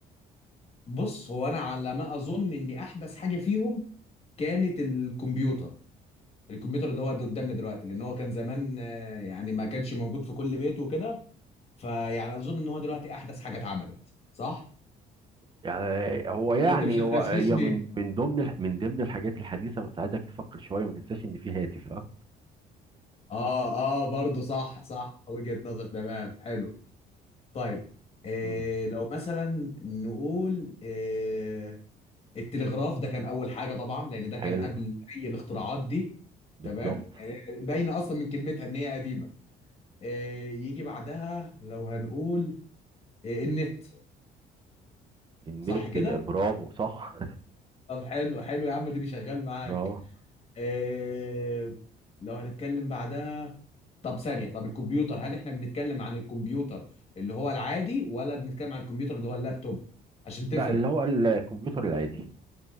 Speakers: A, on the left (about 35°); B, on the right (about 30°).
A: بص هو انا على ما اظن ان احدث حاجه فيهم كانت الكمبيوتر الكمبيوتر اللي هو ده قدامنا دلوقتي لان هو كان زمان آه، يعني ما كانش موجود في كل بيت وكده فيعني اظن ان هو دلوقتي احدث حاجه اتعملت صح
B: يعني هو يعني
A: ولا انت مش هتغششني
B: هو هي من من ضمن الح- من ضمن الحاجات الحديثه بس عايزك تفكر شويه ما تنساش ان في هاتف ها
A: اه اه برضه صح صح وجهة نظر تمام حلو طيب إيه
B: مم.
A: لو مثلا نقول إيه التلغراف ده كان اول حاجه طبعا لان ده كان
B: حلو
A: قبل اي الاختراعات دي
B: بالظبط
A: تمام إيه باينه اصلا من كلمتها ان هي قديمه إيه يجي بعدها لو هنقول إيه النت
B: النت
A: صح كده
B: برافو صح
A: طب حلو حلو يا عم اديني شغال معاك
B: <laughs> اه
A: إيه لو هنتكلم بعدها طب ثانية طب الكمبيوتر هل احنا بنتكلم عن الكمبيوتر اللي هو العادي ولا بنتكلم عن الكمبيوتر اللي هو اللابتوب عشان تفرق
B: لا اللي هو الكمبيوتر العادي